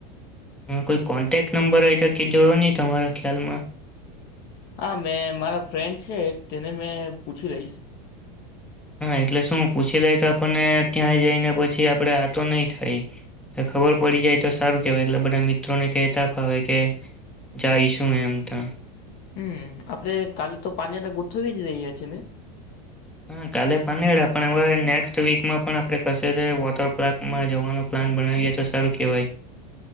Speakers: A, in the centre; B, on the left.
A: હું કોઈ કોન્ટેક નંબર હોય તો કેજો હો ને તમારા ખ્યાલમાં
B: હા મેં મારા ફ્રેન્ડ છે તેને મેં પૂછી લઈશ
A: હા એટલે શું પૂછી લે તો આપણને ત્યાં જઈને પછી આપડે આટો નહી થાય ખબર પડી જાય તો સારું કેવાય એટલે બધા મિત્રોને કહેતા ફાવે કે જાય શું એમ તો
B: હમ આપડે કાલે તો <unintelligible> ગોઠવી જ રહ્યા છી ને
A: હા કાલે પાનીયાળા પણ હવે નેક્સ્ટ વીકમાં પણ આપણે કશે વોટર પાર્કમાં જવાનું પ્લાન બનાવીએ તો સારું કેહેવાય